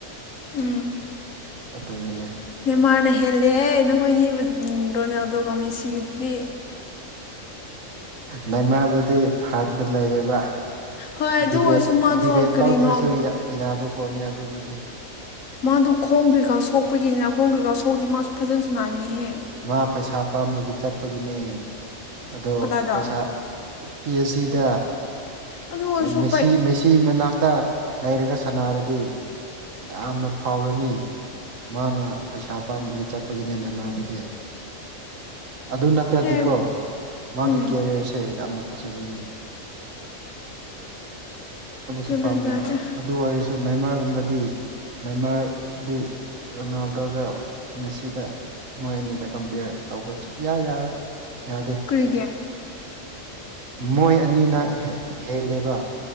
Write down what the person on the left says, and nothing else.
ꯎꯝ
ꯃꯦꯟꯃꯥꯔꯅ ꯍꯦꯜꯂꯦꯍꯦ ꯅꯈꯣꯏ ꯑꯅꯤꯕꯨ ꯔꯣꯅꯥꯜꯗꯣꯒꯃꯤ ꯁꯤꯗꯨꯗꯤ
ꯍꯣꯏ ꯑꯗꯨ
ꯑꯣꯏꯔꯁꯨ ꯃꯥꯗꯣ
ꯀꯔꯤꯅꯣ
ꯃꯥꯗ ꯈꯣꯡꯒ꯭ꯔꯤꯀꯥꯎ ꯁꯣꯛꯄꯒꯤꯅꯤꯅ ꯈꯣꯡꯒ꯭ꯔꯤꯀꯥꯎ ꯁꯣꯛꯁꯤꯗꯤ ꯃꯥꯁꯨ ꯐꯖꯅꯁꯨ ꯅꯥꯅꯤꯍꯦ
ꯀꯗꯥꯏꯗ
ꯑꯗꯨ ꯑꯣꯏꯔꯁꯨ
ꯄꯩ
ꯍꯦ
ꯎꯝ
ꯒ꯭ꯌꯥꯟ
ꯃꯦꯟ
ꯇꯥꯗ꯭ꯔꯦ
ꯀꯔꯤꯒꯤ